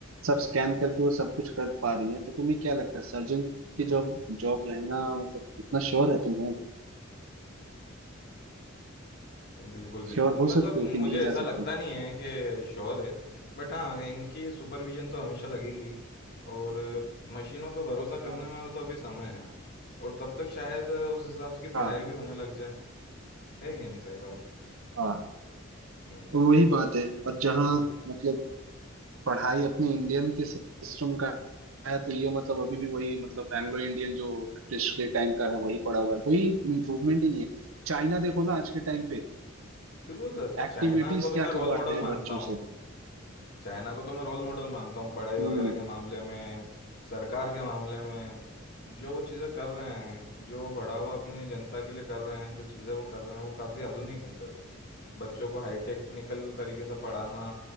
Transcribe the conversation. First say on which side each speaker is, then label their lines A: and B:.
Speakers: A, on the right (about 85°); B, on the left (about 50°).
A: सब स्कैन करके वो सब कुछ कर पा रही है तो तुम्हें क्या लगता है सर्जन की जॉब जॉब रहना मतलब इतना श्योर है तुम हो
B: बिल्कुल बिल्कुल
A: श्योर हो
B: मतलब
A: सकते
B: मुझे
A: हो कि नहीं जा
B: ऐसा लगता
A: सकती
B: नहीं है कि श्योर है बट हाँ इनकी सुपरविजन तो हमेशा लगेगी और मशीनों पर भरोसा करने
A: हाँ
B: में तो अभी समय है और तब तक शायद उस हिसाब से की पढ़ाई
A: हाँ
B: भी होने लग जाए है कि नहीं सही बात
A: हाँ
B: हम्म
A: तो वही बात है और जहाँ
B: हम्म,
A: मतलब पढ़ाई अपनी इंडियन के सिस्टम का है तो ये मतलब अभी भी वही मतलब एंग्लो इंडियन जो ब्रिटिश के टाइम का है वही पड़ा हुआ है कोई इम्प्रूवमेंट ही नहीं है चाइना देखो ना आज के टाइम पे
B: बिल्कुल सर
A: एक्टिविटीज
B: चाइना को तो
A: क्या
B: मैं रोल
A: करवाते
B: मॉडल
A: हैं
B: मानता
A: बच्चों
B: हूँ
A: से
B: चाइना को तो मैं रोल मॉडल मानता हूँ पढ़ाई
A: हम्म
B: वगैरह के मामले में सरकार के मामले में जो वो चीज़ें कर रहे हैं जो बढ़ावा अपनी जनता के लिए कर रहे हैं जो चीज़ें वो कर रहे हैं वो काफ़ी आधुनिक हैं सर बच्चों को हाई टेक्निकल तरीके से पढ़ाना